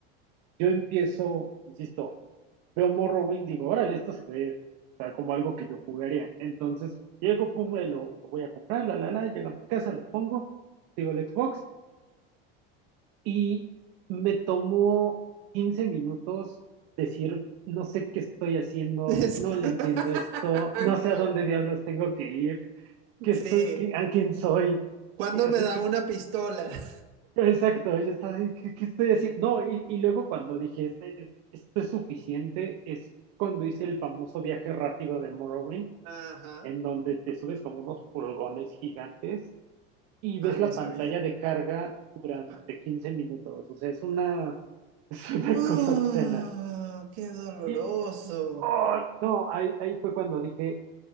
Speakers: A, on the right; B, on the right.
A: yo empiezo, insisto, veo Morrowind, digo, órale, esto se ve o sea, como algo que yo jugaría. Entonces, llego, pum, eh, lo, lo voy a comprar, la, la, la, llego a mi casa, lo pongo, digo el Xbox, y me tomó 15 minutos decir, no sé qué estoy haciendo,
B: <laughs> Exacto.
A: no le entiendo esto, no sé a dónde diablos tengo que ir, qué
B: Sí.
A: estoy, qué- a quién soy,
B: ¿Cuándo
A: eh, o
B: me
A: sea,
B: dan
A: qué,
B: una pistola? <laughs>
A: Exacto, yo estaba, de, ¿qué, qué estoy haciendo? No, y, y luego cuando dije, "Este- esto es suficiente, es cuando hice el famoso viaje rápido de Morrowind,
B: Ajá.
A: en donde te subes como unos pulgones gigantes y ves
B: Ah, no
A: la
B: sabía.
A: pantalla de carga durante
B: Ah.
A: 15 minutos. O sea, es una, <laughs> es una
B: Uh,
A: cosa obscena.
B: qué doloroso.
A: Y, oh, no, ahí, ahí fue cuando dije,